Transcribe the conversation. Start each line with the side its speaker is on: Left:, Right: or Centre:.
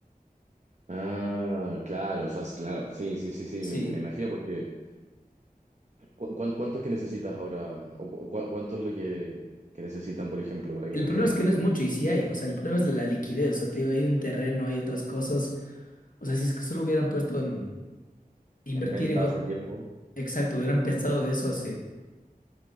Right: Ah, claro, o sea, es- claro, sí, sí, sí, sí,
Left: Sí.
Right: me, me imagino porque... ¿Cu- cuán- cuánto es que necesitas ahora? ¿O cu- cu- cuánto es lo que, que necesitan, por ejemplo, para que
Left: El
Right: te vayas
Left: problema
Right: un
Left: es
Right: año?
Left: que no es mucho y sí hay. O sea, el problema es la liquidez. O sea, te digo, hay un terreno, hay otras cosas. O sea, si es que solo hubieran puesto en invertir
Right: En venta
Left: en otro.
Right: hace tiempo.
Left: Exacto, hubieran pensado de eso hace